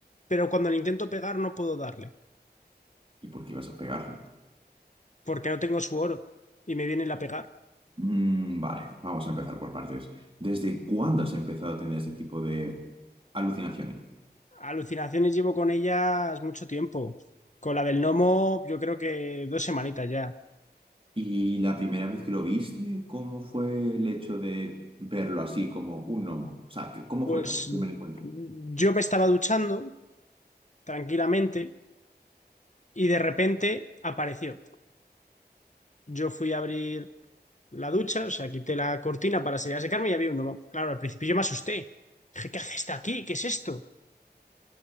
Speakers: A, on the left; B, on the right.
A: pero cuando le intento pegar no puedo darle,
B: ¿Y por qué vas a pegarle?
A: porque no tengo su oro y me viene la pegar.
B: Mm, vale, vamos a empezar por partes. ¿Desde cuándo has empezado a tener este tipo de alucinaciones?
A: Alucinaciones llevo con ellas mucho tiempo. Con la del gnomo, yo creo que dos semanitas ya.
B: ¿Y la primera vez que lo viste, cómo fue el hecho de verlo así como un gnomo? O sea, que- ¿cómo
A: Pues
B: fue el primer encuentro?
A: yo me estaba duchando. tranquilamente y de repente apareció. Yo fui a abrir la ducha, o sea, quité la cortina para salir a secarme y había un gnomo. Claro, al principio yo me asusté. Dije, ¿qué hace esta aquí? ¿Qué es esto?